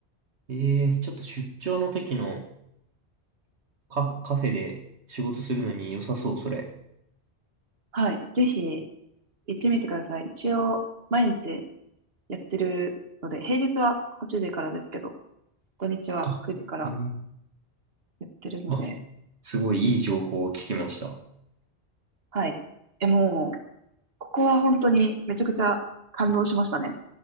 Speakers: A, on the right; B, on the right.
A: ええちょっと出張の時のカフ、カフェで仕事するのに良さそう、それ。
B: はい。ぜひ行ってみてください。一応、毎日やってるので、平日は8時からですけど、土日は9時から
A: あ、えー
B: やってるので、
A: あ、すごいいい情報を聞きました。
B: はい。え、もう、ここは本当にめちゃくちゃ感動しましたね。